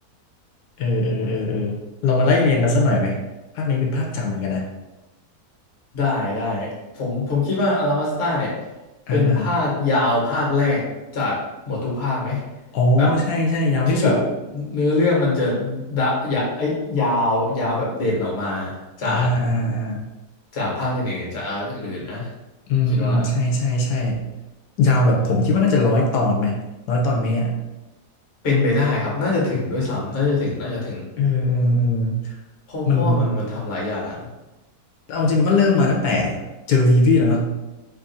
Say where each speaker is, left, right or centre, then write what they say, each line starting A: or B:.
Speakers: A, on the left; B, on the left.
A: เออเออเออเออเรามาไล่เรียงกันสักหน่อยไหมภาคนี้เป็นภาคจำเหมือนกันนะ
B: ได้ได้ผมผมคิดว่าอาราบัสตาเนี่ย
A: อ่าอ่า
B: เป็นภาคยาวภาคแรกจากหมดทุกภาคไหม
A: อ๋อใช่ใช่ยาวที่สุด
B: แบบที่แบบเนื้อเรื่องมันจะดะยะเอ้ยยาวยาวแบบเด่นออกมาจาก
A: อ่าอ่าอ่า
B: จากภาคอื่นๆจากอาร์คอื่นๆนะ
A: อืมอืมใช่ใช่ใช่
B: ผมคิดว่า
A: ยาวแบบผมคิดว่าน่าจะร้อยตอนไหมร้อยตอนไหมอ่ะ
B: เป็นไปได้ครับน่าจะถึงด้วยซ้ำน่าจะถึงน่าจะถึง
A: เออเออเออ
B: เพราะเพราะว่ามันมันทำหลายอย่าง
A: มันเอาจริงมันก็เริ่มมาตั้งแต่เจอวีวีแล้วเนาะ